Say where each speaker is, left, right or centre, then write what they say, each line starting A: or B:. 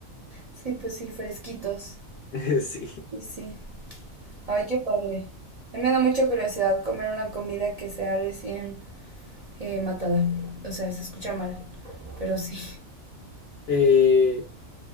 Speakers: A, on the right (about 50°); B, on the left (about 60°).
A: Sí, pues sí, fresquitos.
B: <laughs> Sí.
A: Sí, sí. Ay, qué padre. A mí me da mucha curiosidad comer una comida que sea recién eh, matada. O sea, se escucha mal, pero sí.
B: Eh,